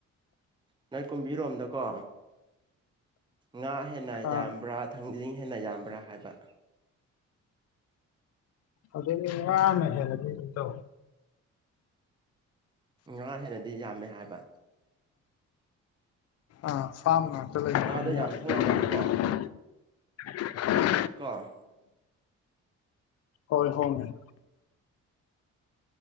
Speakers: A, on the right (about 15°); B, on the left (about 55°).
A: ꯅ‌ꯣꯏ ꯀꯨꯝꯕꯤꯔꯣꯝꯗꯀꯣ ꯉꯥ ꯍꯦꯟꯅ
B: ꯑꯥ
A: ꯌꯥꯝꯕ꯭ꯔꯥ ꯊꯪꯖꯤꯡ ꯍꯦꯟꯅ ꯌꯥꯝꯕ꯭ꯔꯥ ꯍꯥꯏꯕ
B: ꯑꯗꯨꯗꯤ ꯉꯥꯅ ꯍ‌ꯦꯜꯂꯅꯤ ꯏꯇꯥꯎ
A: ꯉꯥ ꯍꯦꯟꯅꯗꯤ ꯌꯥꯝꯃꯦ ꯍꯥꯏꯕ
B: ꯑ ꯐꯥꯝ ꯉꯥꯛ ꯇꯂꯩꯕꯅꯤꯅ
A: ꯉꯥꯗꯣ ꯌꯥꯝ
B: <unintelligible>
A: ꯍꯣꯡꯂꯝꯒꯅꯤꯀꯣ ꯀ‌ꯣ
B: ꯍꯣꯏ ꯍ‌ꯣꯡꯉ‌ꯦ